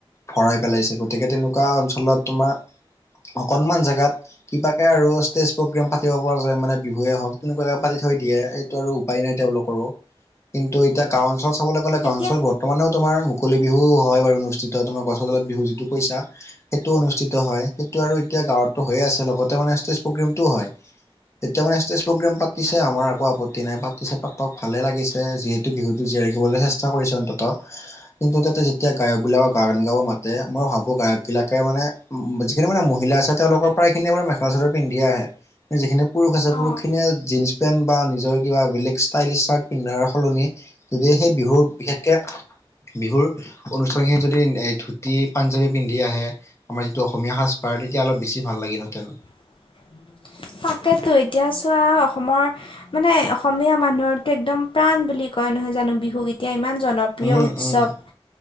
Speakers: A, on the left; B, on the left.
A: ভৰাই পেলাইছে, গতিকে তেনেকুৱা অঞ্চলত তোমাৰ অকনমান জেগাত- কিবাকে আৰু ষ্টেজ প্ৰগ্ৰেম পাতিব পৰা যায় মানে বিহুৱে হওক তেনেকুৱাকে পাতি থৈ দিয়ে এইটো আৰু- উপাই নাই তেওঁলোকৰো, কিন্তু এতিয়া গাঁও অঞ্চল চাবলৈ গ'লে গাওঁ
B: এতিয়া
A: অঞ্চলত ব- বৰ্তমানেও তোমাৰ মুকলি বিহু হয় বাৰু অনুষ্ঠিত হয় তোমাৰ গছতলত বিহু যিটো কৈছা সেইটো অনুষ্ঠিত হয়, সেইটো আৰু এতিয়া গাঁৱতটো হৈয়ে আছে লগতে মানে ষ্টেজ প্ৰগ্ৰেমটো হয়। এতিয়া মানে ষ্টেজ প্ৰগ্ৰেম পাতিছে, আমাৰ একো আপত্তি নাই পাতিছে পাতক ভালে লাগিছে। যিহেতু বিহুটো জীয়াই ৰাখিবলৈ চেষ্টা কৰিছে অন্তত। কিন্তু তাতে যেতিয়া গায়ক বিলাকক গান গাব মাত - তে, মই ভাবো গায়ক বিলাকে মানে যিখিনি মানে মহিলা আছে তেওঁলোকৰ প্ৰায়খিনিয়ে মেখেলা চাদৰ পিন্ধিয়ে আহে। যিখিনি পুৰুষ আছে পুৰুষখিনিয়ে
B: অঁ
A: জীন্ছ পেন্ট বা নিজৰ কিবা বেলেগ ষ্টাইলী চাৰ্ট- পিন্ধাৰ সলনি যদি সেই বিহুৰ বিশেষকে- বিহুৰ অনুষ্ঠানখিনি যদি এ ধুতি পাঞ্জাৱী পিন্ধি আহে। আমাৰ যিটো অসমীয়া সাজপাৰ তেতিয়া অলপ বেছি ভাল লাগিলহেঁতেন।
B: <inaudible> তাকেটো এতিয়া চোৱা অসমৰ মানে অসমীয়া মানুহৰো এক্দম প্ৰাণ বুলি কয় নহয় জানোঁ বিহুগ এতিয়া ইমান জনপ্ৰিয় প্ৰিয়
A: উম
B: উৎসৱ
A: উম